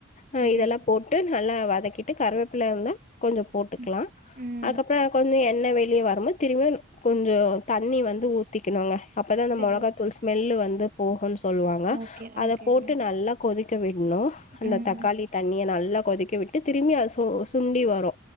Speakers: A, on the left; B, on the right.
A: ஆ
B: சரி
A: இதெல்லா போட்டு நல்லா வதக் வதக்கிட்டு கருவேப்புள இருந்தா கொஞ்சோ போட்டுக்கலா
B: ம் ம்
A: அதுக்கப்புறோ கொஞ்சோ எண் எண்ணெ வெளிய வருமோ திரும்ப கொஞ்சோ தண்ணி வந்து ஊத்திக்கணுங்க அப்பதா அந்த
B: சரி
A: மொளகாத் ஸ்மெல்லு வந்து போகுன்ஸ் சொல்லுவாங்க
B: ஓகே
A: அத
B: ஓகேங்க
A: போட்டு நல்லா கொதிக் க்க விட் இன்னு அந்த
B: ம்
A: தக்காளி தண்ணிய நல் எல்லா கொதிக்க விட்டு திரும்பி அது சு சுண்டி வரு